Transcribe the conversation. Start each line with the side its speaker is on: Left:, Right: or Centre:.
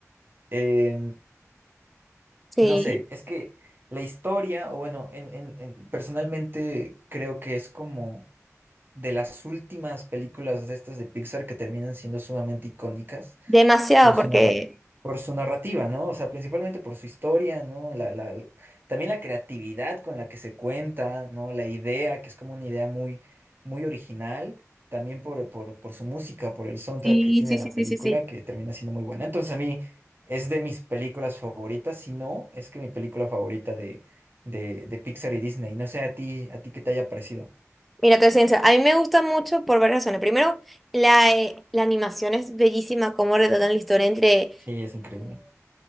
Right: Em,
Centre: Sí.
Right: no sé, es que la historia, o bueno, en, en- en- personalmente creo que es como de las últimas películas de estas de Pixar que terminan siendo sumamente icónicas
Centre: Demasiado,
Right: por su
Centre: porque,
Right: narra- por su narrativa, ¿no? O sea, principalmente por su historia, ¿no? La, la, la- también la creatividad con la que se cuenta, ¿no? La idea, que es como una idea muy, muy original, también por, por, por su música, por el soundtrack
Centre: Sí,
Right: que tiene
Centre: sí,
Right: la
Centre: sí, sí,
Right: película,
Centre: sí, sí.
Right: que termina siendo muy buena. Entonces, a mí es de mis películas favoritas, si no, es que mi película favorita de, de, de Pixar y Disney. No sé a ti, a ti qué te haya parecido.
Centre: mira, te soy sincera, a mí me gusta mucho por varias razones. Primero, la, eh, la animación es bellísima, cómo retratan la historia entre
Right: Sí, es increíble.